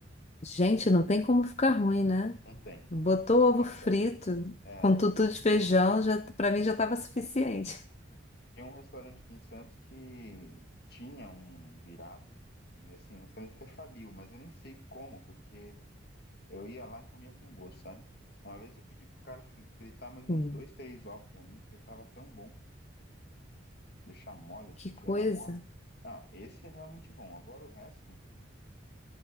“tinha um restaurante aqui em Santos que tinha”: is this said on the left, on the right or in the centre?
Left